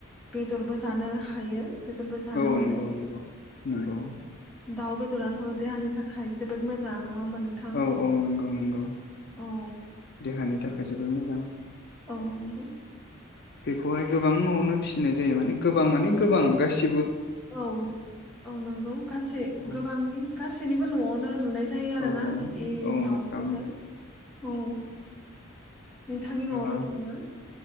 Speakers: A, in the centre; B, on the left (about 50°).
A: बेदरबो जानो हायो। बेदरबो जानो
B: औ
A: मोनो।
B: नंगौ नंगौ नंगौ
A: दाउ बेदराथ' देहानि थाखाय जोबोद मोजां नङा होमबा? नोंथां
B: औ औ नंगौ नंगौ।
A: औ
B: देहानि थाखाय जोबोर मोजां।
A: औ नोंगौ।
B: बेखौहाय गोबां न'आवनो फिसिनाय जायो माने गोबां माने गोबां गासि
A: औ औ नंगौ गासै
B: औ
A: गोबांनि गास सैनिबो न'आवनो नुनाय जा जायो आरोना
B: औ औ
A: बिदि
B: औ
A: दाउखौहाय
B: नुफ्रामो
A: औ नोंथांनि न'आवबो
B: ओ
A: दङ ना।